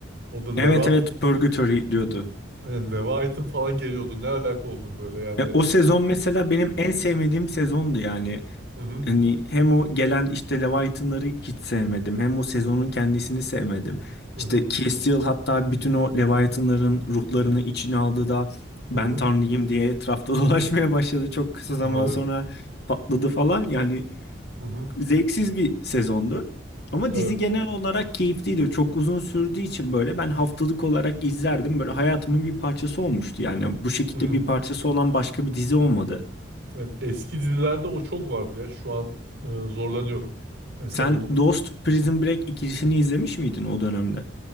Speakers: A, on the right (about 60°); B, on the left (about 60°).
A: Orada
B: Evet
A: Leva
B: evet Purgatory diyordu.
A: hani Leviathan falan geliyordu. Ne alaka oldum böyle yani.
B: Ya o sezon mesela benim en sevmediğim sezondu yani.
A: Hı hı
B: Hani hem o gelen işte Leviathan'ları hiç sevmedim. Hem o sezonun kendisini sevmedim.
A: hı
B: İşte
A: hı
B: Castiel hatta bütün o Leviathan'ların ruhlarını içine aldı da ben
A: hı hı.
B: tanrıyım diye etrafta <laughs> dolaşmaya başladı. Çok kısa
A: Abi.
B: zaman sonra patladı falan. Yani
A: Hı hı.
B: Zevksiz bir sezondu. Ama
A: Evet.
B: dizi genel olarak keyifliydi. Çok uzun sürdüğü için böyle ben haftalık olarak izlerdim. Böyle hayatımın bir parçası olmuştu. Yani bu şekilde
A: Hı.
B: bir parçası olan başka bir dizi olmadı.
A: Evet, eski dizilerde o çok vardı ya. Şu an e, zorlanıyorum. Mesela
B: Sen
A: onu
B: Lost, Prison Break ikilisini izlemiş miydin o dönemde?